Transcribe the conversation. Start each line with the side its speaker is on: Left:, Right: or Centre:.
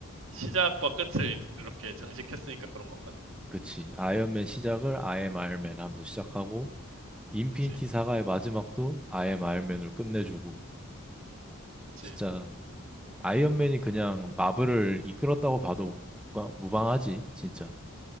Right: 시작과 끝을 이렇게 장식했으니까 그런 건가?
Centre: 그치. 아이언맨 시작을 I am Iron Man 하면서 시작하고, 인피니티
Right: 그치?
Centre: 사가의 마지막도 I am Iron Man으로 끝내주고,
Right: 그치?
Centre: 진짜 아이언맨이 그냥 마블을 이끌었다고 봐도 무방, 무방하지, 진짜.